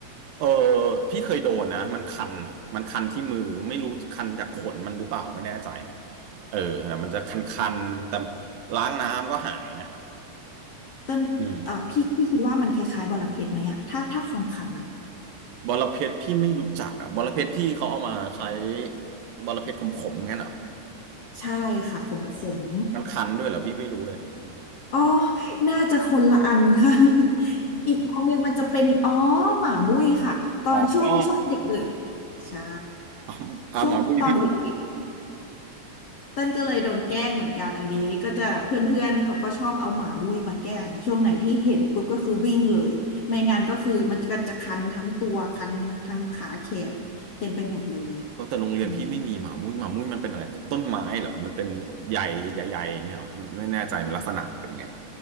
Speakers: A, on the right (about 70°); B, on the left (about 65°).
A: เออพี่เคยโดนนะมันคันมันคันที่มือไม่รู้คันจากขนมันหรือเปล่าไม่แน่ใจเออแต่มันจะคันๆแต่ล้างน้ำก็หายนะ
B: เต้นเอ่อพี่พี่คิดว่ามันคล้ายๆบอระเพ็ดไหมอะถ้าถ้าความขันอะ
A: อืมบอระเพ็ดพี่ไม่รู้จักอ่ะบอระเพ็ดที่เขาเอามาใช้บอระเพ็ดขมๆงั้นเหรอ
B: ใช่ค่ะขมขม
A: มันคันด้วยเหรอพี่ไม่รู้เลย
B: อ๋อน่าจะคนละอันค่ะ <laughs> อีกอันหนึงมันจะเป็นอ๋อหมามุ้ยค่ะตอนช่วงช่วงเด็กเหลือง
A: อ๋อ <laughs> อ๋
B: ใช่
A: ออ่าหมามุ้ยพี่รู้จัก
B: ช่วงตอนเด็กๆเต้นก็เลยโดนแกล้งเหมือนกันอันนี้ก็จะเพื่อนๆเขาก็ชอบเอาหมามุ้ยมาแกล้งองช่วงไหนที่เห็นปุ๊บก็คือวิ่งเลยไม่งั้นก็คือมันก็จะคันทั้งตัวคันทั้งขาแขนเต็มไปหมดเลย
A: เออแต่โรงเรียนพี่ไม่มีหมามุ้ยหมามุ้ยมันเป็นอะไรตต้นไม้เหรอมันเป็นใหญ่ใหญ่ๆอย่างเงี้ยเหรอไม่แน่ใจลักษณะเป็นยังไง
B: อืม